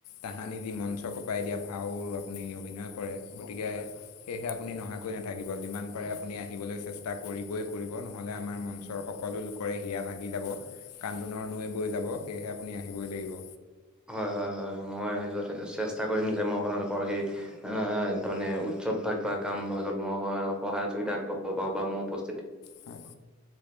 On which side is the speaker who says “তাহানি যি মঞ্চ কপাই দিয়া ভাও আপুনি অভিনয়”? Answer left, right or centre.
Left